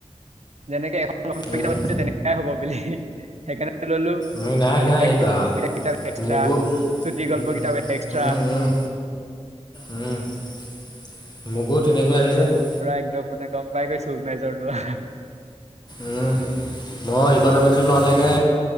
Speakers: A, on the right; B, on the left.
A: যেনেকে এখন <unintelligible>
B: উম
A: তেনেকাই হব বুলি সেইকাৰণে ললোঁ।
B: উম
A: <unintelligible>
B: নাই নাই এই বা
A: কবিতাকেইটাও এক্সট্ৰা,
B: মোকো
A: চুটিগল্পকেইটাও
B: উম,
A: এক্সট্ৰা
B: উম,
A: <unintelligible>
B: উম, উম। মোকো তেনেকুৱা আহিছে
A: এ
B: <unintelligible>
A: পুৰা একদম মানে গম পাই গৈছো মেজৰ লোৱা <unintelligible>
B: উম। মই ইকনমিক্স ল‌ওঁতে একে